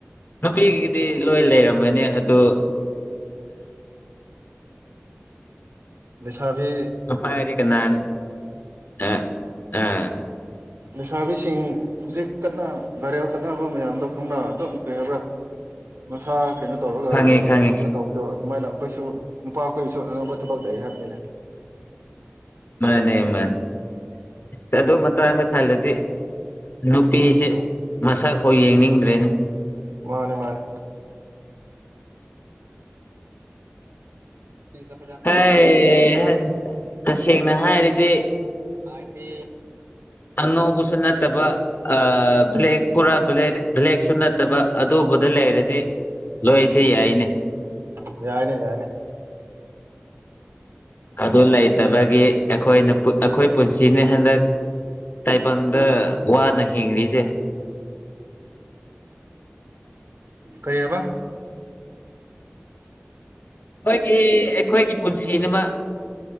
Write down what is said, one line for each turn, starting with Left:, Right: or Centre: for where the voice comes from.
Left: ꯅꯨꯄꯤꯒꯤꯗꯤ ꯂꯣꯏ ꯂꯩꯔꯝꯃꯅꯤ ꯑꯗꯨ
Right: ꯂꯩꯁꯥꯕꯤ
Left: ꯑꯃ ꯍꯥꯏꯗꯤ ꯀꯅꯥ ꯑꯥ ꯑꯥ
Right: ꯂꯩꯁꯥꯕꯤꯁꯤꯡ ꯍꯧꯖꯤꯛ ꯀꯟꯅ ꯒꯥꯔꯦꯜ ꯆꯠꯅꯕ ꯃꯌꯥꯝꯗꯣ ꯈꯪꯕ꯭ꯔ ꯑꯗꯨꯝ ꯀꯔꯤ ꯍꯥꯢꯕ꯭ꯔꯥ ꯃꯁꯥ ꯀꯩꯅꯣ ꯇꯧꯔꯒ
Left: ꯈꯪꯉꯦ
Right: ꯌꯣꯜꯂꯒ
Left: ꯈꯪꯉꯦ
Right: ꯈꯣꯠꯂꯒ ꯇꯧꯕꯗꯣ ꯑꯗꯨꯃꯥꯏꯅ ꯑꯩꯈꯣꯏꯁꯨ ꯅꯨꯄꯥ ꯑꯩꯈꯣꯏꯁꯨ ꯑꯅꯧꯕ ꯊꯕꯛ ꯂꯩ ꯍꯥꯏꯕꯅꯤꯅ
Left: ꯃꯥꯅꯦ ꯃꯥꯅꯦ ꯃꯇꯪꯗ ꯈꯥꯜꯂꯗꯤ ꯅꯨꯄꯤꯁꯦ
Right: ꯎꯝ
Left: ꯃꯁꯛ ꯐꯥꯎ ꯌꯦꯡꯅꯤꯡꯗ꯭ꯔꯦꯅꯦ
Right: ꯃꯥꯅꯦ ꯃꯥꯅꯦ ꯇꯤꯟ ꯁ ꯍ ꯀꯥ <inaudible>
Left: ꯍꯩ ꯍꯩ ꯇꯁꯦꯡꯅ ꯍꯥꯏꯔꯗꯤ
Right: ꯍꯥꯢꯕꯗꯤ
Left: ꯑꯉꯧꯕꯁꯨ ꯅꯠꯇꯕ ꯑ ꯕ꯭ꯂꯦꯛ ꯄꯨꯔꯥ ꯕ꯭ꯂꯦꯛꯁꯨ ꯅꯠꯇꯕ ꯑꯗꯨꯕꯨꯗ ꯂꯩꯔꯗꯤ ꯂꯣꯏꯁꯤ
Right: ꯎꯝ
Left: ꯌꯥꯏꯅꯦ
Right: ꯌꯥꯏꯅꯦ ꯌꯥꯏꯅꯦ
Left: ꯑꯗꯨ ꯂꯩꯇꯕꯒꯤ ꯑꯩꯈꯣꯏꯅ ꯑꯩꯈꯣꯏ ꯄꯨꯟꯁꯤꯅ ꯍꯟꯗꯛ ꯇꯥꯏꯕꯪꯗ ꯋꯥꯅ ꯍꯤꯡꯂꯤꯁꯦ
Right: ꯀꯩ ꯍꯥꯢꯕ
Left: ꯑꯩꯈꯣꯏꯒꯤ ꯑꯩꯈꯣꯏꯒꯤ ꯄꯨꯟꯁꯤꯅꯃꯛ